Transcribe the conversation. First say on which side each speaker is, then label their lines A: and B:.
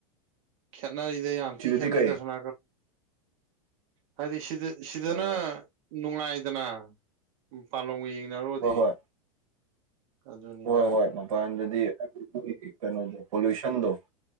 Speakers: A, on the right; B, on the right.
A: ꯈꯦꯠꯅꯔꯤꯗ ꯌꯥꯝ
B: ꯁꯤꯗꯗꯤ
A: ꯊꯤ ꯈꯦꯠꯅꯩꯗ
B: ꯀꯩ
A: ꯑꯁꫭꯝ ꯍꯥꯏꯗꯤ ꯁꯤꯗꯅ
B: ꯑꯣ
A: ꯅꯨꯡꯉꯥꯏꯗꯅ ꯃꯄꯥꯂꯣꯡꯒ ꯌꯦꯡꯅꯔꯨꯔꯗꯤ
B: ꯍꯣꯏ ꯍꯣꯏ
A: ꯑꯗꯨꯅꯤꯗ
B: ꯍꯣꯏ ꯍꯣꯏ ꯃꯄꯥꯟꯗꯗꯤ ꯀꯩꯅꯣꯗꯣ ꯄꯣꯂꯨꯁꯟꯗꯣ